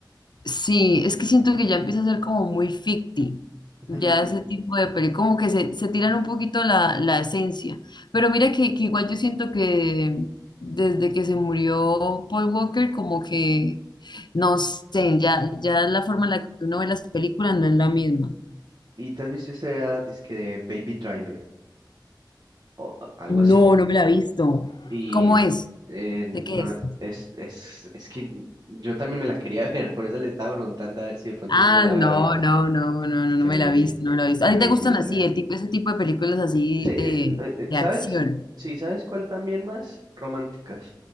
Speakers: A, on the left (about 65°); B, on the right (about 55°).
A: Sí, es que siento que ya empieza a ser como muy ficti.
B: <laughs>
A: Ya ese tipo de peli, como que se, se tiran un poquito la, la esencia. Pero mira que, que igual yo siento que desde que se murió Paul Walker, como que, no sé, ya, ya la forma en la que uno ve las películas no es la misma.
B: ¿Y te has visto esta disque de Baby Driver o o algo así?
A: No, no me la he visto.
B: Y
A: ¿Cómo
B: el,
A: es?
B: eh,
A: ¿De qué
B: no,
A: es?
B: es, es, es que yo también me la quería <laughs> ver, por eso le estaba preguntando a ver si de pronto
A: Ah,
B: usted se la había
A: no,
B: visto.
A: no, no, no, no,
B: Es que
A: no me
B: Baby,
A: la he visto, no me la he visto.
B: que
A: ¿A ti
B: Baby
A: te gustan así,
B: Driver.
A: el tipo, ese tipo de películas así
B: Sí, eh,
A: de,
B: eh,
A: de
B: ¿sabes?
A: acción?
B: Sí, ¿sabes cuál también más? Románticas.